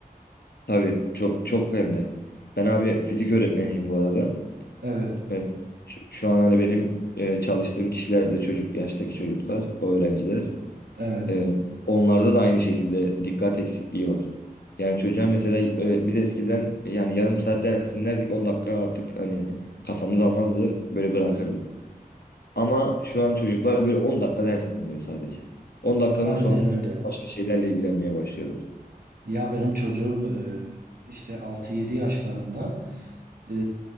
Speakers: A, on the left; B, on the right.
A: Tabii çok çok hem de. Ben abi fizik öğretmeniyim bu arada.
B: Evet,
A: Ee, ş- şu an hani benim e, çalıştığım kişiler de çocuk yaştaki çocuklar, o öğrenciler.
B: evet,
A: Ee, onlarda da aynı şekilde dikkat eksikliği var. Yani çocuğa mesela e, biz eskiden yani yarım saat ders dinlerdik 10 dakika artık hani kafamız almazdı böyle bırakırdık. Ama şu an çocuklar böyle 10 dakika ders dinliyor sadece. on dakikanın
B: aynen
A: sonunda
B: öyle.
A: başka şeylerle ilgilenmeye başlıyorlar.
B: Ya benim çocuğum e, işte altı yedi yaşlarında e,